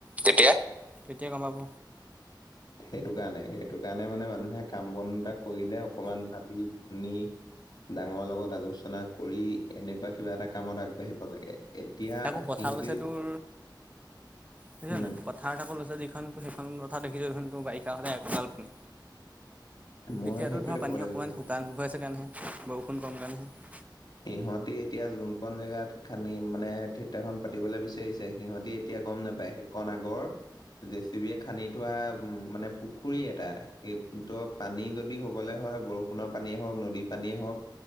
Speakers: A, on the right; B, on the left.
A: তেতিয়া, তেতিয়া গম পাব।
B: সেইটো কাৰণে, সেইটো কাৰণে মানে মানুহে কাম- বন এটা কৰিলে অকমান ভাৱি গুণি ডাঙৰ লগত আলোচনা কৰি এনেকুৱা কিবা এটা কামত আগবাঢ়িব লাগে। এতিয়া
A: তাকো পথাৰ
B: সিহঁতি
A: লৈছে তোৰ বুজিছ
B: উম
A: নাই
B: -
A: পথাৰত আাকৌ লৈছে যিখন সেইখন পথাৰ দেখিছই দেখোন ত' বাৰিষা হ'লে বানপানী,
B: মই
A: এতিয়াটো
B: সেইটোয়ে
A: ধৰা
B: কবলৈ
A: পানী অকমান
B: বিচাৰিছো
A: শুকান হৈ আছে কাৰণেহে বৰষুণ কম কাৰণেহে
B: সিহঁতি এতিয়া যোন কণ জেগাত খানি মানে, থিয়েটাৰখন পাতিবলে বিচাৰিছে সিহঁতি এতিয়া গম নোপায় সেইকণ আগৰ জে চি বিয়ে খান্দি থোৱা উম মানে পুখুৰী এটা সেই ত' পানী যদি হ'বলে হয় বৰষুণৰ পানীয়ে হওঁক, নদীৰ পানীয়ে হওঁক